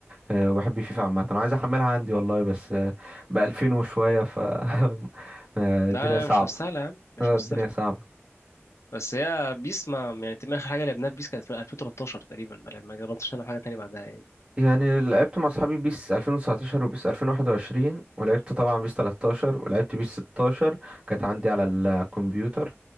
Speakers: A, on the right; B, on the left.
A: آه، وبحب فيفا عامة انا عايز احملها عندي والله بس ب 2000 وشوية ف <laughs> آه،
B: لا
A: الدنيا صعبة
B: مش مستاهله يا عم مش
A: آه،
B: مستاهله
A: الدنيا صعبة
B: بس هي بيس ما يعني تقريباً اخر حاجه لعبناها في بيس كانت في 2013 تقريبا ما لعب- ما جربتش نلعب حاجه تانية بعدها يعني
A: يعني لعبت مع اصحابي بيس 2019 وبيس 2021 ولعبت طبعا بيس 13 ولعبت بيس 16 كانت عندي على الكمبيوتر